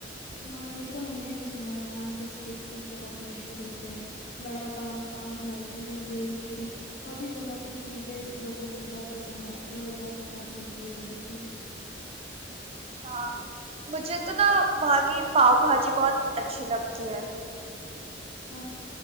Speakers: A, on the left (about 50°); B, on the right (about 35°).
A: ہاں یہ تو ہم نے بھی سنا ہے وہاں کے اسٹریٹ فوڈ بہت مشہور ہوتے ہیں وڑا پاؤ پاؤ بھاجی اور بھیل پوری اور بھی بہت سی چیزیں لوگوں کو بہت پسند آتی ہے اور بہت خاص ہوتی ہے ادھر کی
B: ہاں مجھے تو نا وہاں کی پاؤ بھاجی بہت اچھی لگتی ہے
A: ہ